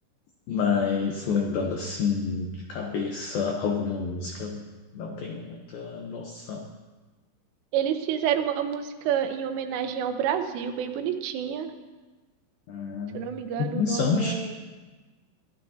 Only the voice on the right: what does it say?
Eles fizeram uma música em homenagem ao Brasil, bem bonitinha.
Se eu não me engano,
o nome é.